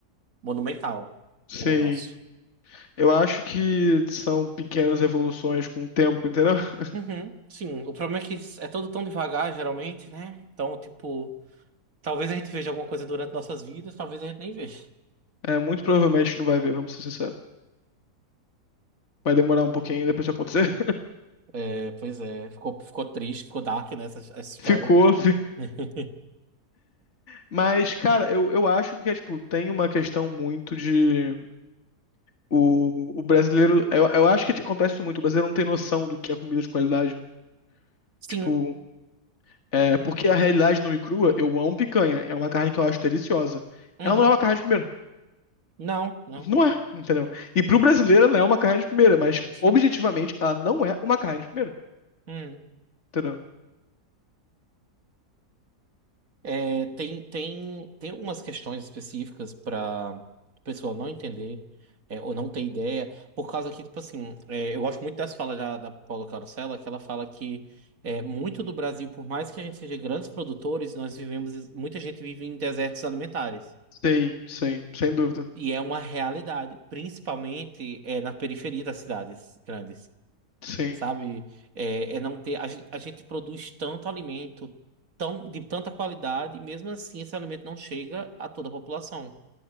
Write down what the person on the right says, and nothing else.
monumental
como o nosso.
Uhum, sim. O problema é que é tudo tão devagar, geralmente, né? Então, tipo, talvez a gente veja alguma coisa durante nossas vidas, talvez a gente nem veja.
É, pois é, ficou, ficou triste, ficou dark nessa essa
essa história.
<laughs>
Sim,
uhum.
Não, não,
não é.
Sim.
uhum.
É, tem, tem, tem algumas questões específicas para o pessoal não entender é, ou não ter ideia, por causa que, tipo assim, é, eu gosto muito das falas da, da Paula Carosella, que ela fala que é, muito do Brasil, por mais que a gente seja grandes produtores, nós vivemos, muita gente vive em desertos alimentares.
E é uma realidade, principalmente é, na periferia das cidades grandes,
sabe? É, é não ter, a gente, a gente produz tanto alimento, tão, de tanta qualidade, e mesmo assim esse alimento não chega a toda a população.